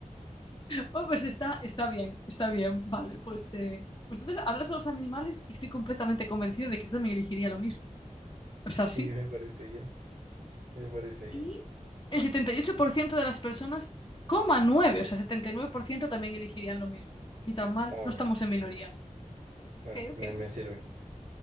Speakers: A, on the left; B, on the right.
A: Bueno, pues está, está bien, está bien, vale, pues, eh, pues entonces hablar con los animales y estoy completamente convencida de que yo también elegiría lo mismo. O sea, sí.
B: Sí, me parece bien. Me parece bien.
A: Y el 78% de las personas, coma nueve o sea, 79% también elegirían lo mismo. Ni tan mal,
B: Ah,
A: no
B: bueno.
A: estamos en minoría. Ok,
B: Bueno,
A: ok.
B: me, me sirve.